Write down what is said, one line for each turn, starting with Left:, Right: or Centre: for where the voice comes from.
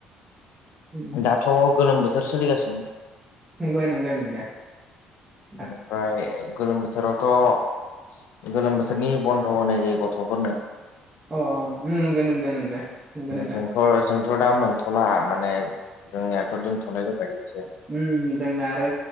Right: उम
Left: दाथ' गोलोम बोथोर सोलिगासिनो
Right: नंगो नंगो <unintelligible>
Left: ओमफ्राय गोलोम बोथोरावथ' गोलोम बोसोरनि बन्द' होनाय जायो गथ'फोरनो
Right: अ नंगो नंगो नंगो नंगो नोंथां
Left: जोंथ' जोंथ' दा मोनथ'ला माने जोंनियाथ' दोनथ'नाय जाबाय एसे
Right: ओम जोंना आरो